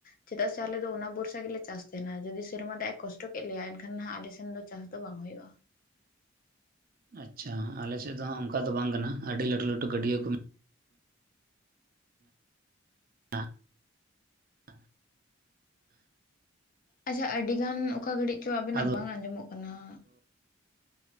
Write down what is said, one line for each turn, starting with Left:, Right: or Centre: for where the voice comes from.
Left: ᱪᱮᱫᱟᱜ ᱥᱮ ᱟᱞᱮ ᱫᱚ ᱚᱱᱟ ᱵᱚᱨᱥᱟ ᱜᱮᱞᱮ ᱪᱟᱥ ᱛᱟᱦᱮᱱᱟ, ᱡᱩᱫᱤ ᱥᱮᱨᱢᱟ ᱫᱟᱜ ᱮ ᱠᱚᱥᱴᱚ ᱠᱮᱫ ᱞᱮᱭᱟ ᱮᱱᱠᱷᱟᱱ ᱱᱟᱜ ᱟᱞᱮᱥᱮᱱ ᱫᱚ ᱪᱟᱥ ᱫᱚ ᱵᱟᱝ ᱦᱩᱭᱩᱜᱼᱟ ᱾
Right: ᱟᱪᱪᱷᱟ, ᱟᱞᱮᱥᱮᱫ ᱫᱚ ᱦᱟᱜ ᱚᱱᱠᱟ ᱫᱚ ᱵᱟᱝ ᱠᱟᱱᱟ, ᱟᱹᱰᱤ ᱞᱟᱹᱴᱩ ᱞᱟᱹᱴᱩ ᱜᱟᱹᱰᱭᱟᱹ ᱠᱚ <inaudible>
Left: ᱟᱪᱪᱷᱟ ᱟᱹᱰᱤ ᱜᱟᱱ ᱚᱠᱟ ᱜᱷᱟᱹᱲᱤᱡ ᱪᱚ ᱟᱵᱮᱱᱟᱜ
Right: ᱟᱫᱚ
Left: ᱵᱟᱝ ᱟᱸᱡᱚᱢᱚᱜ ᱠᱟᱱᱟ ᱦᱟᱸᱜ ᱾